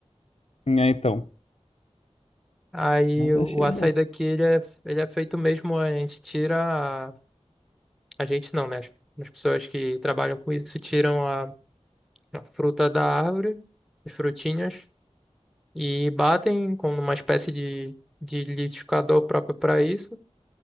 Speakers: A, on the left (about 65°); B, in the centre.
A: É, então.
B: Aí
A: Mas
B: o
A: achei
B: açaí
A: bom.
B: daqui ele é, ele é feito mesmo, a gente tira A gente não, né? As, as pessoas que trabalham com isso tiram a, a fruta da árvore, as frutinhas, e batem com uma espécie de, de liquidificador próprio para isso.